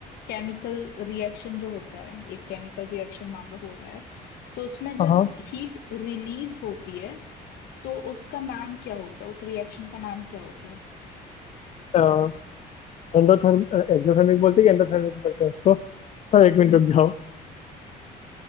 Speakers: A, on the left (about 75°); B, on the left (about 40°).
A: केमिकल रिएक्शन जो होता है एक केमिकल रिएक्शन मान लो हो रहा है तो उसमें जब
B: हाँ
A: हीट रिलीज होती है तो उसका नाम क्या होता है उस रिएक्शन का नाम क्या होता है
B: हाँ एंडोथर्म एक्सोथर्मिक बोलते हैं कि एंडोथर्मिक बोलते हैं उसको हाँ
A: वो
B: एक मिनट
A: तुम
B: रुक जाओ